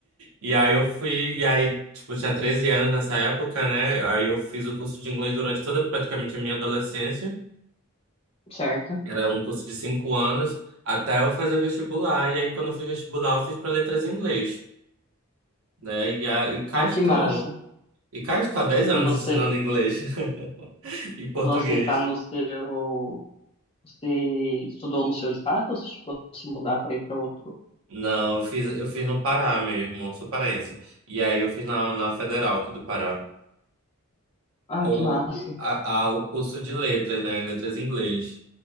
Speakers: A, on the right; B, on the left.
A: E aí eu fui, e aí, tipo, eu tinha 13 anos nessa época, né? Aí eu fiz o curso de inglês durante toda praticamente a minha adolescência.
B: certo.
A: Era um curso de cinco anos até eu fazer vestibular. E aí, quando eu fiz vestibular, eu fiz para letras em inglês, né? E, a, e cá
B: Ah,
A: estou.
B: que massa.
A: E cá estou há 10 anos
B: E você,
A: ensinando inglês <laughs> e português.
B: você tá no seu, você estudou no seu estado ou você chegou a se mudar para ir para outro?
A: Não, eu fiz, eu fiz no Pará mesmo, sou paraense. E aí eu fiz na, na Federal aqui do Pará.
B: Ah,
A: Ou
B: que massa.
A: a, a- o curso de letras, né? Letras em inglês.